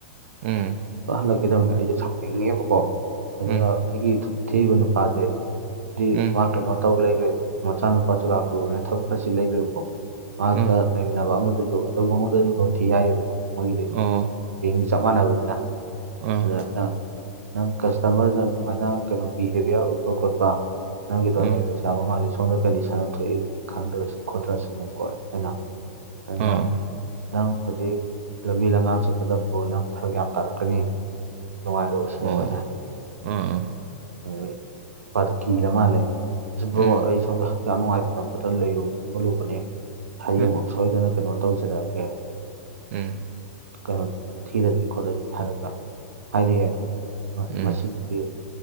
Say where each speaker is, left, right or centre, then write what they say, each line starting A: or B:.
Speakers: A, on the right (about 55°); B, on the right (about 85°).
A: ꯎꯝ
B: ꯀ ꯍꯜꯂꯛꯈꯤꯗꯕꯅꯦ ꯑꯩꯁꯨꯦ ꯁꯥꯎꯅꯤꯡꯉꯦꯕꯀꯣ ꯑꯗꯨꯒ
A: ꯎꯝ
B: ꯑꯩꯒꯤ ꯊꯦꯛꯏꯕ ꯅꯨꯄꯥꯁꯦ ꯗꯤ
A: ꯎꯝ
B: ꯃꯥ ꯀꯩꯅꯣ ꯇꯧ ꯂꯩꯈ꯭ꯔꯦꯕ ꯃꯆꯥꯅꯨꯄꯥ ꯆꯨꯔꯥ ꯈꯨꯨꯔꯛꯅ ꯊꯕꯛ ꯈꯔꯁꯤ ꯂꯩꯈ꯭ꯔꯦꯕꯀꯣ ꯃꯍꯥꯛꯀ
A: ꯎꯝ
B: ꯂꯩꯃꯤꯟꯅꯕ ꯑꯃꯗꯁꯨ ꯑꯗꯨ ꯐ ꯑꯃꯗꯁꯨ ꯂꯣꯟꯊꯤ ꯍꯥꯏꯌꯦꯕ ꯃꯣꯏꯒꯤꯗꯤ
A: ꯑꯣ
B: ꯇꯤꯝꯗꯤ ꯆꯞ ꯆꯃꯅꯕꯤꯅ
A: ꯑꯥ
B: ꯑꯗꯨꯗ ꯅꯪ ꯀꯁꯇꯃꯔꯗ ꯑꯗꯨꯃꯥꯏꯅ ꯀꯩꯅꯣ ꯄꯤꯈꯤꯕ ꯌꯥꯎꯔꯤꯕ꯭ꯔꯥ ꯈ‌ꯣꯠꯄ ꯅꯪꯒꯤꯗꯣ ꯅꯦꯛꯂꯦꯛꯁ
A: ꯑꯥ
B: ꯆꯥꯕ ꯃꯥꯜꯂꯤꯦ ꯁꯣꯝꯗ ꯀꯂꯤ ꯁꯅꯝ ꯊꯣꯛꯏꯦꯅ ꯈꯪꯗ꯭ꯔꯁꯨ ꯈꯣꯠꯇ꯭ꯔꯁꯨꯅꯦꯀꯣ ꯑꯩꯅ ꯅꯪ
A: ꯑꯥ
B: ꯅꯪ ꯍꯧꯖꯤꯛ ꯂꯝꯕꯤ ꯂꯝꯉꯥꯡ ꯆꯠꯄꯗ ꯕꯣ ꯐꯔꯛ ꯌꯥꯝ ꯇꯥꯔꯛꯄ ꯥꯛꯀꯅꯤ ꯅꯨꯡꯉꯥꯏꯔꯣꯏ ꯁꯤꯅꯦꯕ
A: ꯑꯣ
B: ꯑꯩꯅ ꯍꯥꯏꯖꯅꯤꯡꯁꯦ
A: ꯑꯥ
B: ꯍ‌ꯣꯏ ꯍ‌ꯣꯏ ꯃꯥꯗꯨ ꯀꯤꯔ ꯃꯥꯜꯂꯦ ꯕ꯭ꯔ‌ꯣ
A: ꯎꯝ
B: ꯑꯩ ꯁ‌ꯣꯝꯗ ꯍꯛꯆꯥꯡ ꯅꯨꯡꯉꯥꯏꯇꯅ ꯈꯣꯠꯇꯅ ꯂꯩꯔꯨ ꯈꯣꯠꯂꯨꯕꯅꯦ ꯍꯌ‌ꯦꯡꯃꯨꯛ
A: ꯍ
B: ꯁꯣꯏꯗꯅ ꯀꯩꯅꯣ ꯇꯧꯖꯔꯛꯑꯒꯦ
A: ꯎꯝ
B: ꯀꯩꯅꯣ ꯊꯤꯔꯁꯤ ꯈꯣꯠꯂꯁꯤ ꯍꯥꯏꯔꯒ ꯍꯥꯏꯔꯛꯑꯦ
A: ꯎꯝ
B: ꯃꯁꯤꯗꯤ